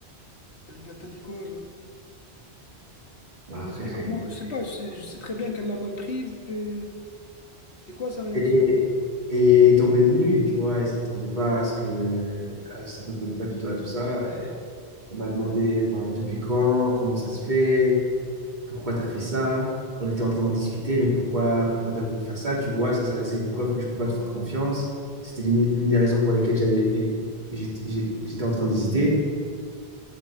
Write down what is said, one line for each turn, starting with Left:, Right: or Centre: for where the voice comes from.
Left: elle t'a dit quoi, genre?
Right: Bah,
Left: T'as
Right: frère,
Left: pris comment?
Right: elle,
Left: Je sais pas, je sais, je sais très bien qu'elle l'a mal prise, mais. C'était quoi sa réaction?
Right: elle est, elle est tombée des nues, tu vois. Elle s'attendait pas à ce que. Elle s'attendait pas du tout à tout ça. Et on m'a demandé, enfin, depuis quand, comment ça se fait, pourquoi t'as fait ça. On était en train d'en discuter, mais pourquoi, pourquoi t'as voulu faire ça, tu vois. Ça, ça, c'est une preuve que je peux pas te faire confiance. C'était l'une l'une des raisons pour lesquelles j'allais- et- j'étais j'étais en train d'hésiter.